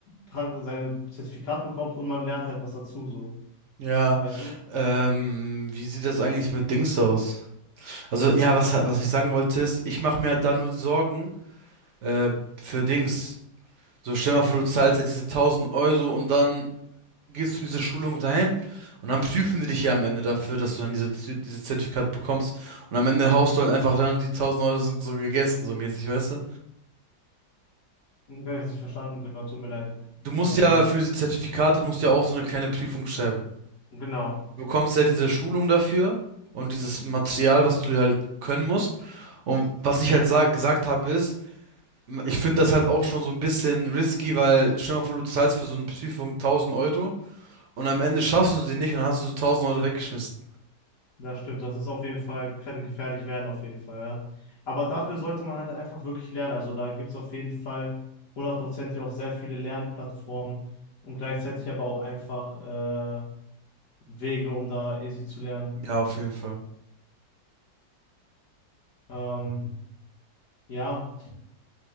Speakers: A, on the left (about 55°); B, on the right (about 60°).
A: äh, Pra- seine Zertifikat bekommt und man lernt halt was dazu, so.
B: ja.
A: Weißt du?
B: Ähm, wie sieht das eigentlich mit Dings aus? Also, ja, was, halt- was ich sagen wollte ist, ich mache mir halt da nur Sorgen, äh, für Dings. So, stell mal vor, du zahlst jetzt diese 1000 Euro und dann gehst du in diese Schulung rein und dann prüfen die dich ja am Ende dafür, dass du dann diese, Z- dieses Zertifikat bekommst. Und am Ende haust du halt einfach dann die 1000 Euro sind so gegessen, so mäßig, weißt du?
A: Ich habe es nicht verstanden, genau, tut mir leid.
B: Du musst
A: Also,
B: ja für diese Zertifikate musst ja auch so eine kleine Prüfung schreiben.
A: genau,
B: Du bekommst ja diese Schulung dafür und dieses Material, was du halt können musst. Und was ich halt sag, gesagt habe ist, ich finde das halt auch schon so ein bisschen risky, weil stell dir mal vor, du zahlst für so eine Prüfung 1000 Euro und am Ende schaffst du sie nicht und dann hast du so 1000 Euro weggeschmissen.
A: das stimmt. Das ist auf jeden Fall, kann gefährlich werden, auf jeden Fall, ja. Aber dafür sollte man halt einfach wirklich lernen. Also da gibt es auf jeden Fall hundertprozentig auch sehr viele Lernplattformen und gleichzeitig aber auch einfach äh, Wege, um da easy zu lernen.
B: Ja, auf jeden Fall.
A: Ähm, ja.